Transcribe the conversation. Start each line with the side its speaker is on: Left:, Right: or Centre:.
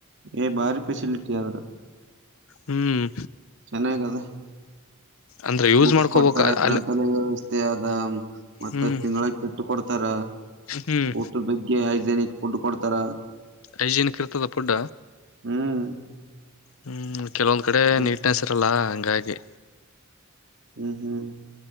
Right: ಏ ಭಾರಿ ಫೆಸಿಲಿಟಿ ಆದ್ರ
Left: ಹ್ಮ್
Right: ಚೆನ್ನಾಗದ
Left: ಅಂದ್ರೆ ಯೂಸ್
Right: ಬುಕ್ಸ್
Left: ಮಾಡ್ಕೋಬೇಕ
Right: ಕೊಡ್ತಾರ ಗ್ರಂಥಾಲಯ
Left: ಅಲ್ಲ
Right: ವ್ಯವಸ್ಥೆ ಅದ ಮತ್ತ
Left: ಹ್ಮ್
Right: ತಿಂಗಳ ಕೆಟ್ಟ ಕೊಡ್ತಾರ
Left: ಹ್ಮ್
Right: ಊಟದ ಬಗ್ಗೆ ಜನಿಗೆ ಫುಡ್ ಕೊಡ್ತಾರ
Left: ಐಜನಕ್ ರೃತದ ಫುಡ್ಡ
Right: ಹ್ಮ್
Left: ಹ್ಮ್ ಕೆಲವೊಂದ ಕಡೆ
Right: ಚೆನ್ನಾಗ್-
Left: ನೀಟ್ನೆಸ್ ಇರಲ್ಲ ಇದಾಗಿೆ
Right: ಹ್ಮ್ ಹ್ಮ್